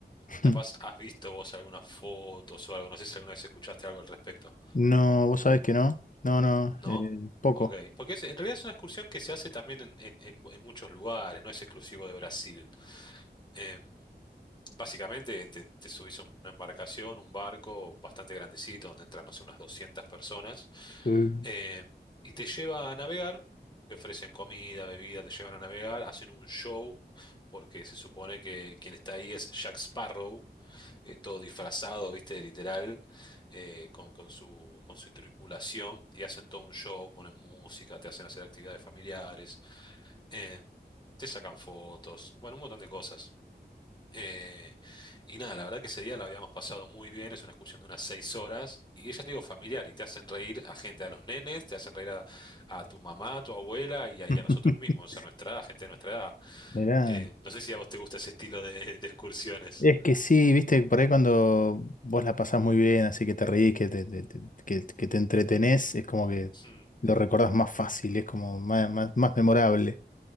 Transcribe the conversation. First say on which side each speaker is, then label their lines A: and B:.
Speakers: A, on the left; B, on the left.
A: <laughs>
B: Capaz has visto vos algunas fotos o algo, no sé si alguna vez escuchaste algo al respecto,
A: No, vos sabés que no. No, no.
B: ¿no?
A: eh, poco.
B: Ok, porque es- en realidad es una excursión que se hace también en, en en- en muchos lugares, no es exclusivo de Brasil. Eh, básicamente te, te subís a una embarcación, un barco bastante grandecito, donde entran, no sé, unas 200 personas,
A: Eh.
B: eh, y te lleva a navegar, te ofrecen comida, bebida, te llevan a navegar, hacen un show, porque se supone que quien está ahí es Jack Sparrow, eh, todo disfrazado, viste, literal, eh, con, con su, con su tripulación, y hacen todo un show, ponen música, te hacen hacer actividades familiares, eh, te sacan fotos, bueno, un montón de cosas. Eh, y nada, la verdad que ese día la habíamos pasado muy bien, es una excursión de unas seis horas, y ella te digo familiar, y te hacen reír a gente, a los nenes, te hacen reír a, a tu mamá, a tu abuela y a, y
A: <laughs>
B: a nosotros mismos, a nuestra edad, gente de nuestra edad.
A: Mirá.
B: Eh, no sé si a vos te gusta ese estilo de, de excursiones.
A: Es que sí, viste, por ahí cuando vos la pasás muy bien, así que te reís, que te, te- te- que, que te entretenés, es como que
B: Hmm.
A: lo recordás más fácil, es como más, más, más memorable.